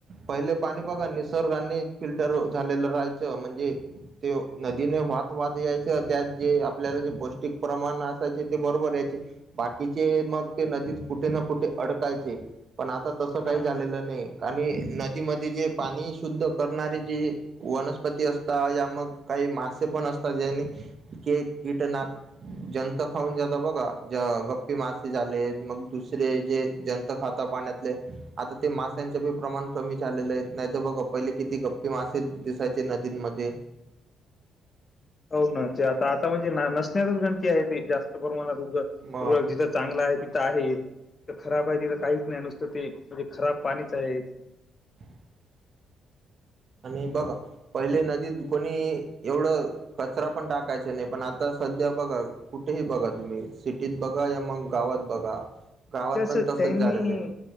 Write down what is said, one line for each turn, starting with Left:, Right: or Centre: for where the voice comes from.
Right: पहिले पाणी बघा निसर्गाने फिल्टर झालेलं राहायचं म्हणजे ते नदीने वात वाात यायच त्यात जे आपल्याला जे पौष्टिक प्रमाण असायचे ते बरोबर याय बाकीचे मग ते नदीत कुठे ना कुठे अडकायचे पण आता तसं काही
Left: हा
Right: झालेलं नाही आणि नदीमध्ये जे पाणी शुद्ध करणारे जे वनस्पती असतात या मग काही मासे पण असतात ज्यांनी केक कीटनाक जंत खाऊन जात बघा गप्पी मासे झाले मग दुसर जे जंत खात पाण्यातले आता ते मा प्रमाण कमी झालेलं आहे नाही तर बघा पहिले किती गप्पी मासे दिसायचे नदींमध्ये <inaudible>
Left: हो ना ते आता आता म्हणजे नसणारच गणती आहे ती जास्त जिथं
Right: मग
Left: चांगलं आहे आहे खराब आहे तथ काहीच नाही नुसतं ते म्हणजे खराब पाणीच आहे
Right: <inaudible> आणि बघ पहिले नदीत कोणी एवढं कचरा पण टाकायचा नाही पण आता स ्या बघा कुठेही बघा तुम्ही सिटीत बघा या मग गावात बघा गावात
Left: म्हणजे असं
Right: पण तसच
Left: त्यांनी
Right: झालेले आहे